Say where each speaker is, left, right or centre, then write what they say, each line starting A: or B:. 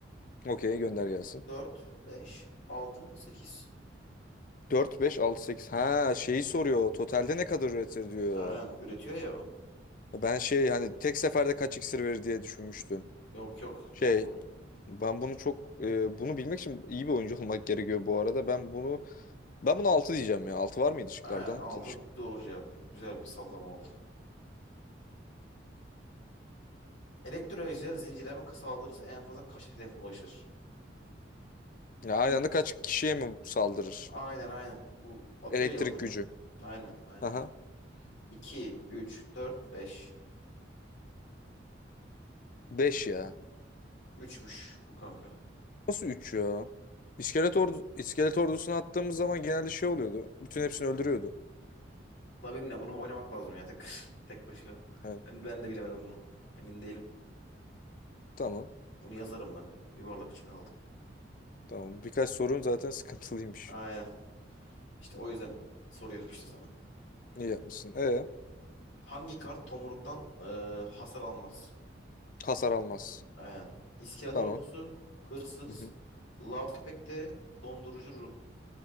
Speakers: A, on the left (about 45°); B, on the left (about 85°).
A: Okey gönder gelsin.
B: Dört, beş, altı, sekiz.
A: Dört beş altı sekiz Ha şeyi soruyor. Totalde ne kadar üretir diyor.
B: Aynen. Üretiyor ya o.
A: Ben şey hani tek seferde kaç iksir verir diye düşünmüştüm.
B: Yok yok.
A: Şey
B: Toplam.
A: ben bunu çok e, bunu bilmek için iyi bir oyuncu <laughs> olmak gerekiyor bu arada. Ben bunu ben bunu altı diyeceğim ya. altı var mıydı şıklarda?
B: Aynen. 6
A: Şık-
B: doğru cevap. Güzel bir sallama oldu. Elektrolizer zincirleme saldırısı en fazla kaç hedefe ulaşır?
A: Ya aynı
B: 3.
A: anda kaç kişiye mi saldırır?
B: Aynen aynen. Bu atıyor
A: Elektrik
B: ya yıldırım.
A: gücü.
B: Aynen aynen.
A: Aha.
B: 2, 3, 4, 5.
A: 5 ya.
B: Üçmüş bu kanka.
A: Nasıl 3 ya? İskelet, ordu, iskelet ordusunu attığımız zaman genelde şey oluyordu. Bütün hepsini öldürüyordu.
B: Valla benimle bunu oynamak lazım ya tek <laughs> tek başına.
A: Evet.
B: Ben ben de bilemedim bunu. Emin değilim.
A: Tamam.
B: Bunu yazarım ben. Yuvarlak için aldım.
A: Tamam. Birkaç sorun zaten <laughs> sıkıntılıymış.
B: Aynen. İşte o yüzden soru yapmıştı sana.
A: İyi yapmışsın. Ee,
B: Hangi kart tomruktan eee, hasar almaz?
A: hasar almaz.
B: Aynen. İskelet
A: Tamam.
B: ordusu, hırsız,
A: Hı hı.
B: lav köpekleri, dondurucu ruh.